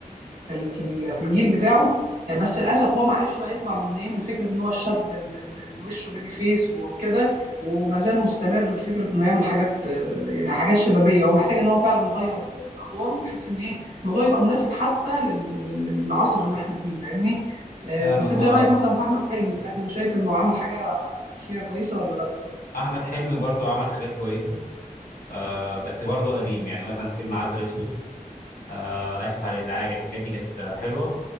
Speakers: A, on the right; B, on the left.
A: في ال- في ال- في الجيل بتاعه آه، بس للاسف هو ما عرفش بقى يطلع من ايه من فكره ان هو الشاب ال- ال- اللي وشه بيبي فيس وكده وما زال مستمر في فكره انه يعمل حاجات آه، يعني حاجات شبابيه هو محتاج ان هو فعلا يغير ادواره بحيث ان ايه الموضوع يبقى مناسب حتى لل- لل- للعصر اللي احنا فيه فاهمني آه،
B: فاهمك
A: بس انت
B: اه
A: إيه رايك مثلا في احمد حلمي هل شايف انه عمل حاجه اخيره كويسه ولا لا
B: احمد حلمي برضو عمل حاجات كويسه آه بس برضو قديم يعني مثلا فيلم عسل اسود آه اسف على الازعاج الحاجات دي كانت آه، حلوه